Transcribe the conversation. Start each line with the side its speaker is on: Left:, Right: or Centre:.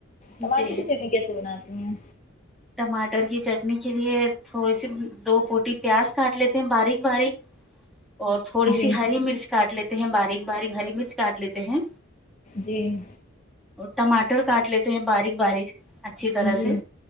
Left: ٹماٹر
Centre: جی
Left: کی چٹنی کیسے بناتی ہیں
Centre: ٹماٹر کی چٹنی کے لیے تھوڑی سی دو پوٹی پیاز کاٹ لیتے ہیں باریک باریک اور تھوڑی
Left: جی
Centre: سی ہری مرچ کاٹ لیتے ہیں باریک باریک ہری مرچ کاٹ لیتے ہیں
Left: جی
Centre: اور ٹماٹر کاٹ لیتے ہیں باریک باریک اچھی طرح
Left: جی
Centre: سے